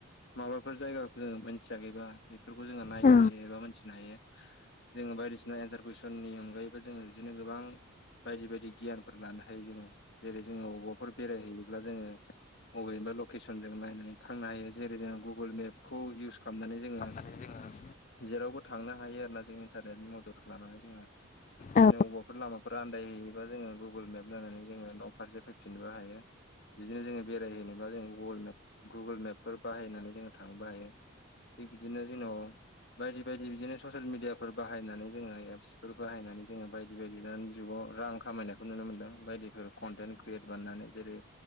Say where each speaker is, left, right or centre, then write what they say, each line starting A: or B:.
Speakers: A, on the left (about 55°); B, on the left (about 35°).
A: माबाफोर जायगाखौजों मोनथियाखैबा बेफोरखौ जोङो नायनो
B: औ
A: हायो एबा मोनथिनो हायो। जोङो बायदिसिना एनसार कुइसननि अनगायैबो जोङो बिदिनो गोबां बायदि बायदि गियानफोर लानो हायो जोङो जेरै जोङो अबावबाफोर बेरायहैयोब्ला जोङो बबेबा लकेसनजों नायनानै थांनो हायो जेरै जोङो गुगोल मेपखौ इउस खालामनानै जोङो
B: <unintelligible>
A: जेरावबो थांनो हायो आरोना जों इन्टारनेटनि मददखौ लानानै जोंहा बिदिनो
B: औ
A: अबावबाफोर लामाफोर आन्दाय हैयोबा जोङो गुगोल मेप नायनानै जोङो न' फारसे फै फिननोबो हायो बिदिनो जोङो बेरायहैनोबा जोङो गुगोल मेप गुगोल मेपफोर बाहायनानै जोङो थांनोबो हायो थिक बिदिनो जोंनाव बायदि बायदि बिदिनो ससियेल मिडियाफोर बाहायनानै जोङो एप्स फोर बाहाय नानै जोङो बायदि बायदि दानि जुगआव रां खामायनायखौ नुनो मोन्दों बायदिफोर कन्टेन्ट क्रियेट बानायनानै जेरै